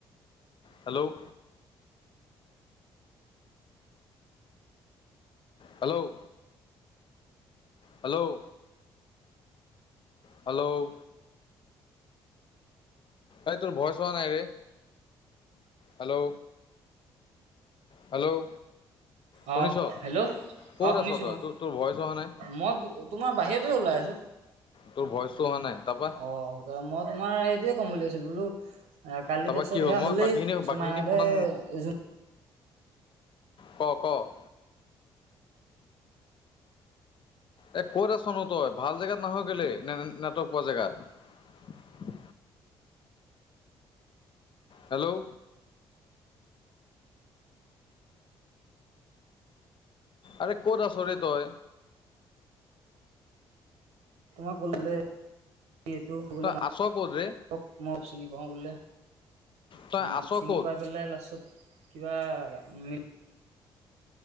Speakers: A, on the left; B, on the right.
A: hello hello hello hello এই তোৰ ভয়চ হোৱা নাইৰে। হেল্ল' হেল্ল' শুনিছ
B: অ হেল্ল'
A: ক'ত
B: অ শুনিছো
A: আছ তই
B: অ'।
A: তোৰ তোৰ ভইচ অহা নাই
B: মই তো, তোমাৰ বাহিৰত তে ওলাই আছো।
A: তোৰ ভইচটো অহা নাই তাৰপা
B: অ মই তোমাৰ সেইটোয়ে ক'ম বুলি ভাবিছিলোঁ, বোলো কালি
A: তাৰপা
B: তাৰপিছত
A: কি হ'ল
B: সেয়া
A: মই
B: হ'লেই
A: বাকীখিনি
B: তাৰপিছত
A: বাকীখিনি
B: মাইনা
A: শুনা
B: দাই
A: ক'ক'! এ ক'ত আছনো তই? ভাল জেগাত নাহ কেলে নে, নে নেটৱৰ্ক পোৱা জেগাত? হেল্ল'! আৰে ক'ত আছ ৰে তই?
B: তোমাক কল্লে এটো, কি বোলে
A: তই
B: মা,
A: আছ ক'ত ৰে
B: হক মই চিনি পাওঁ বোলে।
A: তই
B: চিন,
A: আছ
B: চিনি
A: ক'ত
B: পাই পেলাই লাষ্টত কিবা মি-